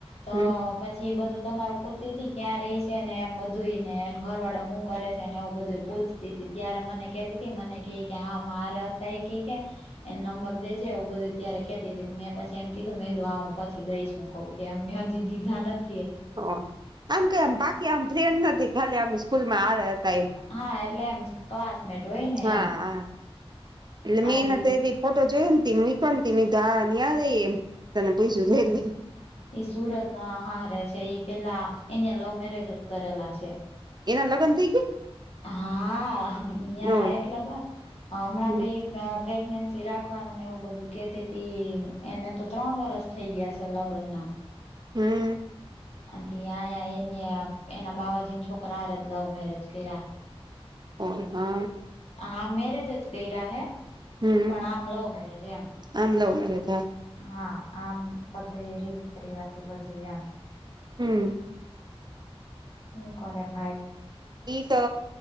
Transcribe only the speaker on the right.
હમ
હ અ આમ કે આમ બાકી આમ ફ્રેન્ડ નાતી ખાલી આમસ- સ્કૂલમાં આર હતા એમ
હા
આ- એટલે
મેં
એના તો એદિ ફોટો જોયોન તી મુયકોંતી મીધા નીયારી એમ. તને પુયસું લઈ લે
એના લગન થઈ ગ્યા?
ઓય
હમ
હમ
ઓ હા
હમ
આમ લવ મેરેજ હા
હમ
એ તો